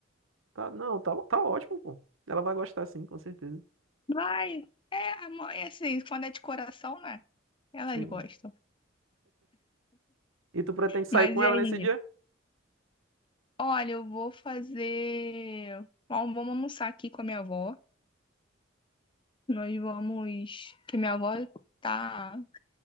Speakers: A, on the right (about 80°); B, on the left (about 25°).
A: tá, não, tá, tá ótimo, pô. Ela vai gostar, sim, com certeza.
B: Vai! É, a mãe, assim, quando é de coração, né? Elas
A: Sim.
B: gostam.
A: E tu pretende sair
B: Mas
A: com
B: e
A: ela
B: aí?
A: nesse dia?
B: Olha, eu vou fazer. Ó, vamos almoçar aqui com a minha avó. Nós vamos. Que minha avó tá.